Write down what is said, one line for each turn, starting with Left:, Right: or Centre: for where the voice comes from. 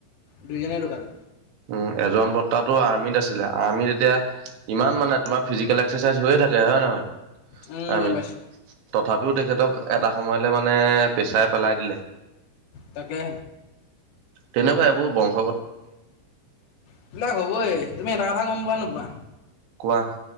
Left: দুইজনে ঢুকালে
Right: উম এজন বৰ্তাটো আৰ্মিত আৰ্মিত তেতিয়া ইমান মানে তমাৰ ফিজিক এক্সেচাইজ হৈয়ে থাকে হয় নহয়
Left: উম
Right: আমি
Left: গম পাইছো
Right: তথাপিও তেখেতক এটা সময়লে মানে পেছাই পেলাই দিলে
Left: তাকে
Right: তেনেকুৱা এইবোৰ বংশ
Left: এইবিলাক হ'বই তুমি এটা কথা গম পোৱা নোপোৱা?
Right: কোৱা